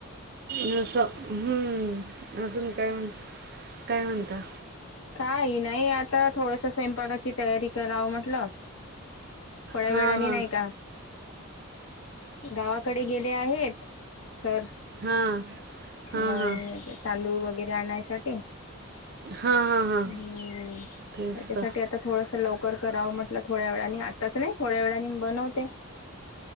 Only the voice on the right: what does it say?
जस, हम्म, अजून काय म्हणत काय म्हणता?
हां
हां
हां. हां
हां
हां हां हां
तेच
तर